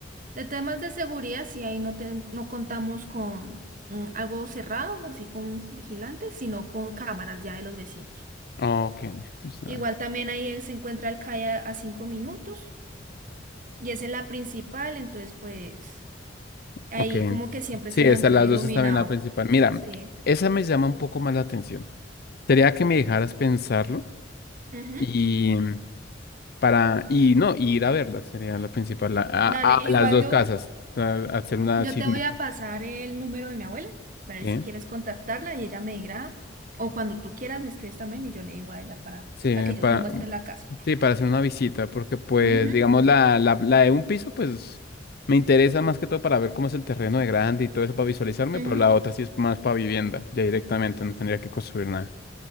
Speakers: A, on the right; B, on the left.
A: De temas de seguridad, sí, ahí no, ten- no contamos con mm, algo cerrado, así con vigilantes, sino con cámaras ya de los vecinos.
B: Ok. o sea.
A: Igual también ahí se encuentra el CAI a, I a a cinco minutos y esa es la principal, entonces pues ahí
B: Ok.
A: como que siempre
B: Sí,
A: se
B: esas
A: mantiene
B: las
A: iluminado.
B: dos están en la principal. Mira,
A: Sí.
B: esa me llama un poco más la atención. Sería que me dejaras pensarlo
A: Ujú.
B: y para, y no, y ir a verlas sería la principal, la- a,
A: Dale,
B: a
A: igual
B: las dos
A: yo,
B: casas. o hacer una,
A: yo
B: sí,
A: te
B: me-
A: voy a pasar el número de mi abuela para
B: sí,
A: ver si quieres contactarla y ella me dirá, o cuando tú quieras me escribes también y yo le digo a ella para,
B: sí,
A: para que yo
B: para,
A: te muestre la casa.
B: sí, para hacer una visita, porque pues,
A: Ujú,
B: digamos, la, la, la de un piso, pues, me interesa más que todo para ver cómo es el terreno de grande y todo eso para visualizarme,
A: ujú.
B: pero la otra sí es más para vivienda, ya directamente, no tendría que construir nada.